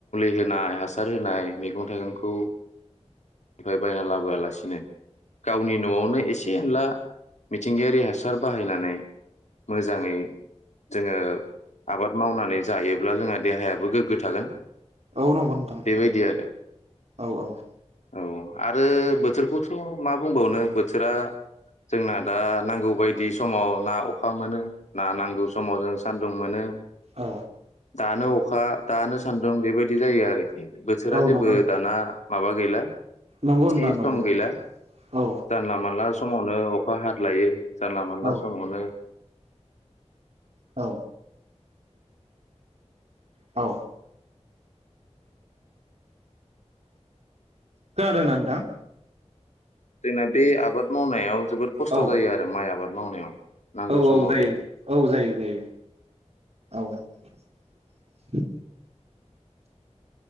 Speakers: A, on the left; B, on the right.
A: दोनाय हासार होनाय मैगं थाइगंखौ फ्राय बायना लाबोआलासिनो गावनि नआवनो एसे ए एनला मिथिंगायारि हासार बाहायनानै मोजाङै जोङो आबाद मावनानै जायोब्ला जोंहा देहायाबो गोग्गो थागोन।
B: औ नंगौ नोंथां
A: बेबायदि आरो
B: औ औ।
A: औ आरो बोथोरखौथ मा बुंबावनो बोथोरा जोंना दा नांगौ बायदि समाव ना अखा मोनो ना नांगौ समाव जों सान्दुं मोनो।
B: औ
A: दानो औ अखा दानो सान्दुं बेबायदि जायो आरो। बोथोरा
B: औ
A: जेबो
B: नंगौ
A: दाना माबा गैला
B: नंगौ
A: थि
B: नोंथां
A: सम
B: नंगौ
A: गैला
B: औ
A: जानला मानला स समावनो अखा हाद्लायो जानला मोनला
B: औ
A: समावनो
B: औ औ खोनादों ना नोंथां?
A: जोंना बे आबाद मावनायाव जोबोद खस्थ
B: औ
A: जायो आरो माइ आबाद मावनायाव नांगौ
B: औ औ
A: समाव
B: जायो
A: दै
B: औ जायो जायो औ